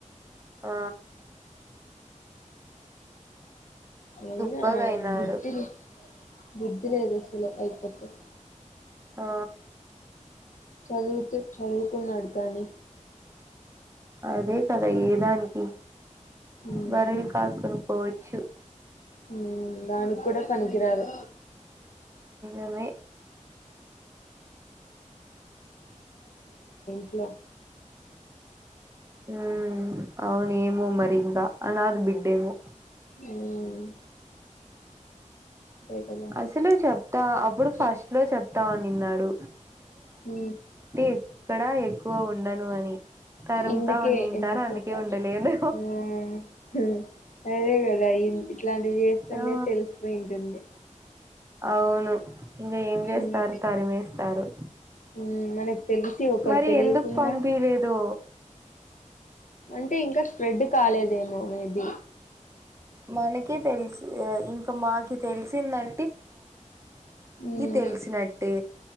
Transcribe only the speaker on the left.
అయినా
బుట్టిల్ బుద్ది లేదు అసలు అయప్ప కి
చదువుతూ చదువుకున్నాడు కానీ
ఉమ్
ఉమ్ దానిక్కూడా పనికిరాదు
ట్ల
ఉమ్ అదే కదా
చే
ఉమ్
ఇందుకే
ఎందుకో
కాదు
మ్మ్ హ్మ్ అదేగ ఈడ ఇం ఇట్లాంటివి చేస్తుంటే
తెలిసిపోయుంటుంది
ఉమ్మ్
మ్మ్ మనకి తెలిసి ఒకటి
తెలియకుండా,
అంటే ఇంకా స్ప్రెడ్ కాలేదులేండి మేబి
మ్మ్